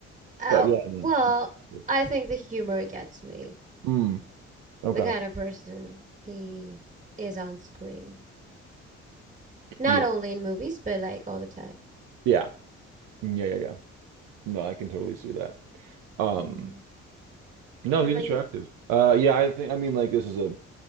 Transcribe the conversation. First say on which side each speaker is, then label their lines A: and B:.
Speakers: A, on the right; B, on the right.
A: Oh,
B: But yeah, no.
A: well,
B: no, no. exactly.
A: I think the humor gets me.
B: Mm, okay.
A: the kind of person he is on screen. Not
B: Yeah.
A: only in movies, but like all the time.
B: Yeah. Yeah, yeah, yeah. No, I can totally see that. Um,
A: Mm.
B: no,
A: What
B: he's
A: about
B: attractive.
A: you?
B: Uh, yeah, I think I mean like this is a